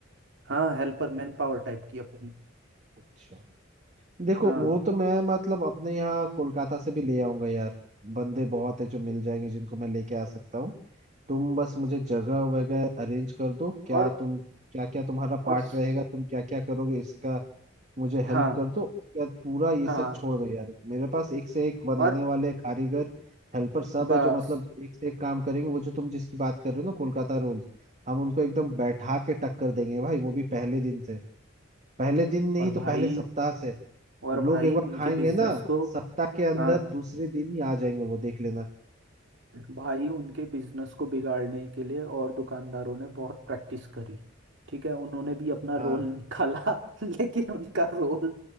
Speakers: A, on the right; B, on the right.
A: हाँ हेल्पर मैन पावर टाइप की अपनी
B: अच्छा देखो
A: हाँ
B: वो तो मैं मतलब अपने यहाँ कोलकाता से भी ले आऊंगा यार बंदे बहुत है जो मिल जाएंगे जिनको मैं लेके आ सकता हूँ तुम बस मुझे जगह वगैरह अरेंज कर दो क्या
A: और
B: तुम क्या क्या तुम्हारा
A: और
B: पार्ट
A: स-
B: रहेगा तुम क्या क्या करोगे इसका मुझे हेल्प
A: हाँ
B: कर दो उसके बाद पूरा ये
A: हाँ
B: सब छोड़ दो यार मेरे पास एक से एक बनाने
A: और
B: वाले कारीगर हेल्पर सब
A: बस
B: है जो मतलब एक से एक काम करेंगे वो जो तुम जिसकी बात कर रहे हो ना कोलकाता रोल्स हम उनको एकदम बैठा के टक्कर देंगे भाई वो भी पहले दिन से पहले दिन नहीं
A: और भाई
B: तो पहले सप्ताह से
A: और
B: लोग
A: भाई
B: एक बार
A: उनके
B: खाएंगे
A: बिजनेस
B: ना
A: को
B: सप्ताह के अंदर
A: हाँ
B: दूसरे दिन ही आ जाएंगे वो देख लेना
A: भाई उनके बिजनेस को बिगाड़ने के लिए और दुकानदारों ने बहुत प्रैक्टिस करी ठीक है उन्होंने भी अपना
B: हाँ
A: रोल निकाला <laughs> लेकिन उनका रोल